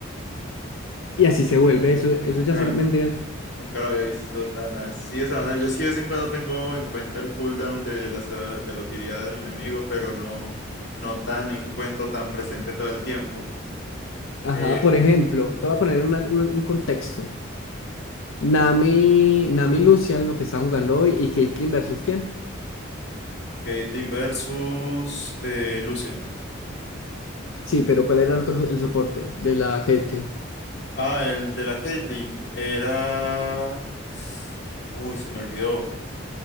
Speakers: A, on the left (about 80°); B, on the left (about 55°).
A: Y así
B: Uy,
A: se vuelve, eso, eso
B: nunca,
A: ya se vendría.
B: nunca lo había visto tan así esa manera. Yo sí de vez en cuando tengo en cuenta el cooldown de la, de la utilidad del enemigo, pero no, no tan en cuenta, tan presente todo el tiempo.
A: Ajá,
B: Eh,
A: por ejemplo, te voy a poner una- un, un contexto. Nami, Nami y Lucian, lo que están jugando hoy, y Caitlyn versus quién.
B: Caitlyn versus eh, Lucian.
A: Sí, pero ¿cuál era el otro, el soporte de la Caitlyn?
B: Ah, el de la Caitlyn era... Uy, se me olvidó,